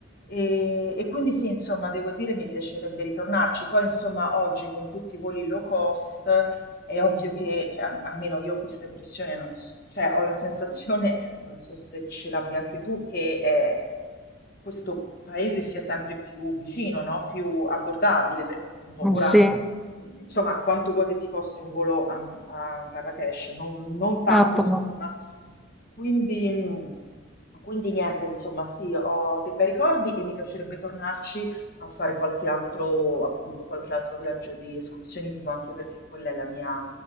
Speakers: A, on the left (about 50°); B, in the centre.
A: E, e quindi sì, insomma, devo dire mi piacerebbe ritornarci. Poi, insomma, oggi con tutti i voli low cost è ovvio che, eh, a- almeno io ho questa impressione, non s- cioè ho la sensazione non so se ce l'abbia anche tu, che eh, questo paese sia sempre più vicino, no? Più abbordabile, perché appunto
B: Mm,
A: ora,
B: Sì,
A: mh, insomma, quanto vuoi che ti costi un volo a, a Marrakech? Non, non tanto,
B: ah, po-
A: insomma. Quindi, mh, quindi niente, insomma, sì, ho dei bei ricordi e mi piacerebbe tornarci a fare qualche altro, appunto, qualche altro viaggio di escursionismo, anche perché quella è la mia